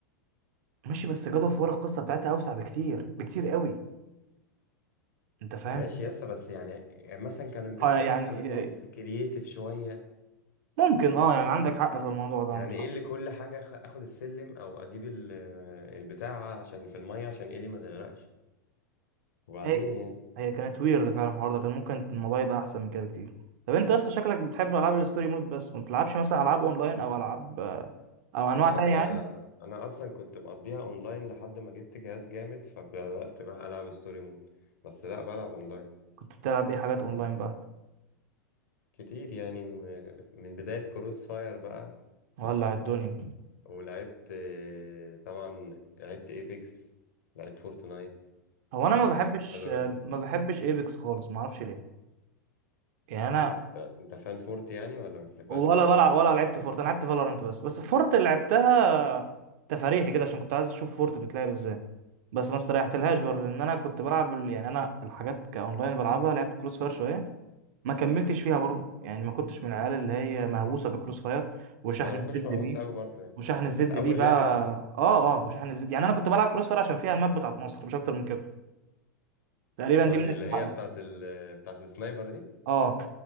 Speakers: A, on the right; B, on the left.
A: ماشي بس جاد اوف وور القصه بتاعتها اوسع بكتير بكتير قوي انت فاهم
B: ماشي يسا بس يعني آه، مثلا كانوا يضيفوا
A: فيعني
B: شوية ألغاز
A: آه،
B: كرييتيف شوية
A: ممكن اه يعني عندك حق في الموضوع ده
B: يعني
A: مش
B: ايه اللي كل حاجة خ- اخد السلم او اجيب ال- البتاع عشان في المية عشان ايه اللي ما تغرقش وبعدين
A: عارف.
B: يعني
A: هي كانت ويرد فعلا في الحوار ده كان ممكن الموضوع يبقى احسن من كده بكتير طب انت اصلا شكلك بتحب العاب الستوري مود بس ما بتلعبش مثلا العاب اونلاين او العاب او انواع
B: لا
A: تانية
B: ده انا
A: يعني
B: انا اصلا كنت مقضيها اونلاين لحد ما جبت جهاز جامد فبدأت بقى العب ستوري مود بس لا بلعب اونلاين
A: كنت بتلعب ايه حاجات اونلاين بقى
B: كتير يعني م- من بداية كروس فاير بقى
A: ولع الدنيا
B: ولعبت آه، طبعا لعبت ايبكس لعبت فورتنايت
A: هو انا ما بحبش
B: لعبت فالورانت
A: ما بحبش ايبكس خالص ما اعرفش ليه يعني انا
B: انت انت فان فورت يعني ولا ما بتحبهاش
A: ولا
B: عموما
A: بلعب ولا لعبت فورت انا لعبت فالورانت بس بس فورت اللي لعبتها تفاريحي كده عشان كنت عايز اشوف فورت بتلعب ازاي بس ما استريحتلهاش برضه لان انا كنت بلعب ال- يعني انا الحاجات كاونلاين بلعبها لعبت كروس فاير شويه ما كملتش فيها برضه يعني ما كنتش من العيال اللي هي مهووسه بكروس فاير وشحن
B: ما انا ما
A: الزد
B: كنتش مهووس
A: بيه
B: قوي برضه يعني
A: وشحن الزد
B: كانت اول
A: بيه بقى
B: لعبة اصلا
A: اه اه وشحن الزد يعني انا كنت بلعب كروس فاير عشان فيها الماب بتاعت مصر مش اكتر من كده تقريبا
B: يعني
A: دي من الح-
B: اللي هي بتاعت ال... بتاعت السنايبر دي
A: اه